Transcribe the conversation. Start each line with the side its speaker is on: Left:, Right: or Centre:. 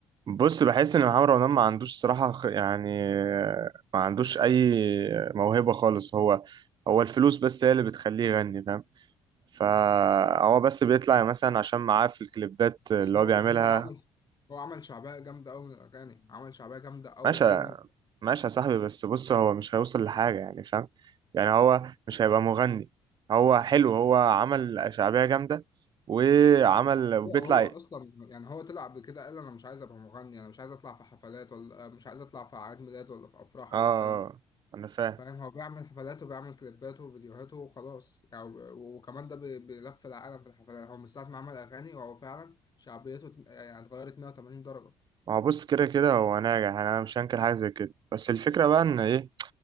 Right: بص بحس ان محمد رمضان ما عندوش صراحه خ- يعني ما عندوش اي موهبه خالص هو هو الفلوس بس هي اللي بتخليه يغني فاهم فهو بس بيطلع مثلا عشان معاه في الكليبات اللي
Left: بس هو
Right: هو بيعملها
Left: هو عمل هو عمل شعبيه جامده قوي من الاغاني عمل شعبيه جامده قوي
Right: ماشي
Left: قوي من
Right: ماشي يا صاحبي بس بص هو مش هيوصل لحاجة يعني فاهم يعني هو مش هيبقى مغني هو حلو هو عمل شعبية جامدة وعمل وبيطلع
Left: هو هو
Right: اه
Left: اصلا يعني هو طلع قبل كده قال انا مش عايز ابقى مغني انا مش عايز اطلع في حفلات ولا مش عايز اطلع في اعياد ميلاد ولا في افراح
Right: آه،
Left: ولا
Right: آه،
Left: الكلام ده
Right: انا فاهم
Left: فاهم هو بيعمل حفلاته وبيعمل كليباته وفيديوهاته وخلاص يعني و- وكمان ده بي- بيلف العالم في الحفلات هو من ساعه ما عمل اغاني هو فعلا شعبيته ات- يعني اتغيرت 180 درجه
Right: ما هو بص كده كده هو ناجح يعني انا مش هنكر حاجة زي كده بس الفكرة بقى ان ايه